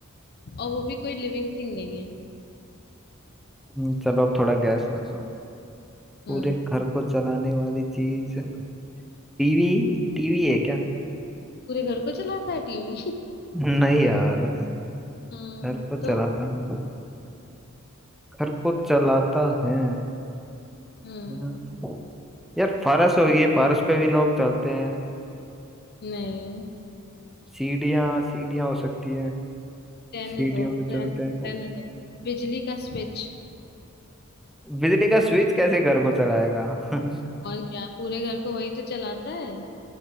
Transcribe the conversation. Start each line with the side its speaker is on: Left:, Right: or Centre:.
Left: और वो भी कोई लिविंग थिंग नहीं है
Centre: हम्म, चलो अब थोड़ा गैस करता हूँ पूरे
Left: हम्म
Centre: घर को चलाने वाली चीज टीवी टीवी है क्या
Left: पूरे घर को चलाता है टीवी <laughs>
Centre: नहीं यार
Left: हम्म
Centre: घर को चलाता
Left: तो
Centre: हूँ घर को चलाता है
Left: हम्म
Centre: हम्म, यार फारस होगी फारस पे भी लोग चलते हैं
Left: नहीं
Centre: सीढ़ियाँ सीढ़ियाँ हो सकती है
Left: रहने
Centre: सीढ़ियों
Left: दो
Centre: पे
Left: रहने
Centre: चलते
Left: दो
Centre: हैं
Left: रहने दो बिजली का स्विच
Centre: बिजली का स्विच कैसे घर को चलाएगा <laughs>
Left: और क्या पूरे घर को वही तो चलाता है